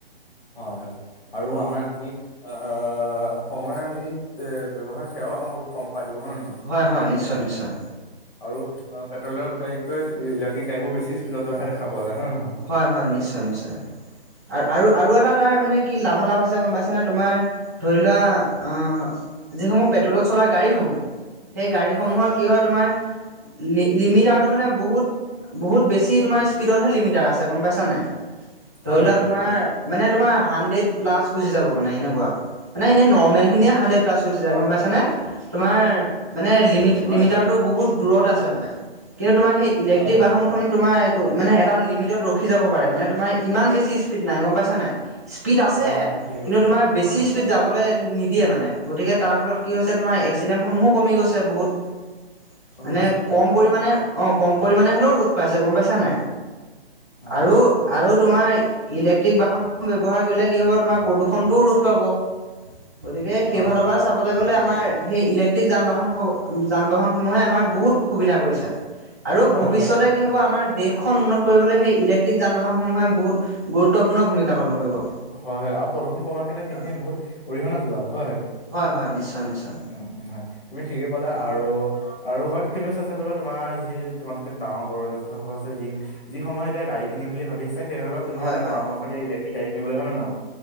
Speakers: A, on the left; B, on the right.
A: হয়, হয়। আৰু
B: অ
A: আমাৰ যি অ', সময় আজি এ ব্যৱহাৰ সেৱাও আমাৰ বহুত কম কৰাই দিব, হয়নে নহয়?
B: হয়, হয়, নিশ্চয়, নিশ্চয়।
A: আৰু পেট্ৰলৰ গঢ়িতকৈ ইলেক্ট্ৰিক গাঢ়িবুৰ বেছি স্পীডত যোৱাহে দেখা পোৱা যায়, হয় নে হয়?
B: হয় নিশ্চয়, নিশ্চয় আৰু-আৰু-আৰু এটা তাৰ কি লাভালাভ আছে গম পাইছনে তোমাৰ ধৰি লোৱা অ, যিসমূহ পেট্ৰলত চলা গাঢ়ীসমূহ, সেই গাঢ়ীসমূহৰ
A: নহয়?
B: কি হয় তোমাৰ ল লিমিটাৰ টো মানে বহুত, বহুত বেছি তোমাৰ স্পীডতহে লিমি তাৰ আছে গম পাইছানে? ধৰি
A: হয়
B: লোৱা
A: হয়
B: তোমাৰ মানে তোমাৰ হান্দ্ৰেদ প্লাছ গুচি যাব মানে এনেকুৱা, মানে এনে নৰ্মেল খিনিয়ে হান্দ্ৰেদ প্লাছ গুচি যায়
A: হয়
B: গম পাইছনে?
A: হয়
B: তোমাৰ মানে লিমি
A: হয়
B: লিমিটাৰটো
A: হয়
B: বহুত দূৰত আছে মানে। কিন্তু তোমাৰ সেই ইলেক্ট্ৰিক
A: হয় হয় হয়
B: বাহনখন তোমাৰ মানে এটা লি তাত ৰখি যাব পাৰে মানে, তোমাৰ ইমান বেছি স্পীড নাই গম পাইছা নাই? স্পীড আছে,
A: হয় হয় তুমি ঠিকে
B: কিন্তু
A: কৈছা
B: তোমাৰ বেছি
A: হয়
B: স্পীড যাবলে নিদিয়ে মানে। গতিকে তাৰ ফলত কি হৈছে তোমাৰ এক্সিডেণ্টসমূহো কমি গৈছে বহুত।
A: কমি
B: মানে
A: গৈছে হয়
B: কম পৰিমানে অ' কম পৰিমণে হ'লেও ৰোধ পাইছে গম পাইছে নাই?
A: হয়
B: আৰু
A: হয়
B: আৰু তোমাৰ ইলেক্ট্ৰিক বাহন ব্যৱহাৰ কৰিলে কি হ'ব তোমাৰ প্ৰদূষণটোও ৰোধ পাব। গতিকে সেইফালৰ
A: হয় হয়
B: পৰা
A: হয়
B: চাবলে গ'লে আমাৰ সেই ইলেক্ট্ৰিক যান-বাহন যান-বাহনসমূহে আমাৰ বহুত সুবিধা কৰিছে আৰু ভৱিষ্যতে
A: হয় হয় হয়
B: কি হ'ব আমাৰ দেশ দেশখন উন্নত কৰিবলৈ সেই ইলেক্ট্ৰিক যান-বাহনসমূহে বহুত গুৰুত্বপূৰ্ণ ভূমিকা পালন কৰিব।
A: হয় হয় আৰু প্ৰদূষণ কমাৰ ক্ষেত্ৰত সেইখিনিয়ে
B: অ
A: বহুত অৰিহণা যোগাব হয়।
B: হয়, নিশ্চয় নিশ্চয়।
A: উম হয়, তুমি ঠিকেই ক'লা
B: অ
A: আৰু আৰু হয়তো তুমিও চেষ্টা কৰিবা তোমাৰ যি তোমাতকে ডাঙৰ বয়োজ্যেষ্ঠসকল আছে যি যিসমূহে এতিয়া গাড়ী কিনিম বুলি ভাবি আছে। সেইসকলক তুমি
B: হয়
A: যাতে
B: হয়
A: পৰামৰ্শ দিয়া ইলেক্ট্ৰিক গাড়ী কিনিবলে হয় নে নহয়?